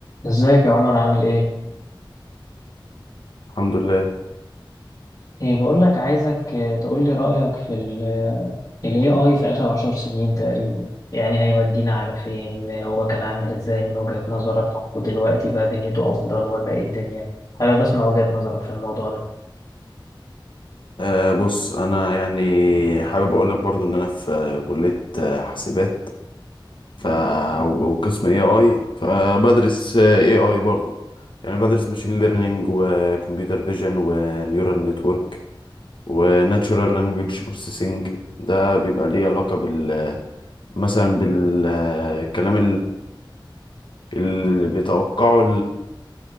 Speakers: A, on the left; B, on the left.
A: ازيك يا عمر عامل ايه؟
B: الحمد لله
A: ايه بقول لك عايزك آه، تقول لي رأيك في ال ال AI في آخر عشر سنين تقريبا يعني هيودينا على فين هو كان عامل ازاي من وجهة نظرك ودلوقتي بقى دنيته أفضل ولا ايه الدنيا؟ حابب أسمع وجهة نظرك في الموضوع ده
B: أه بص انا يعني حابب اقول لك برضو ان انا في آه، كلية آه، حاسبات ف و- وقسم اي اي فبدرس اي اي برضو يعني بدرس ماشين ليرنينج وكمبيوتر فيجن ونيورال نتورك وناتشورال لانجويج بروسيسنج ده بيبقى ليه علاقة بال مثلا بالكلام اللي بيتوقعه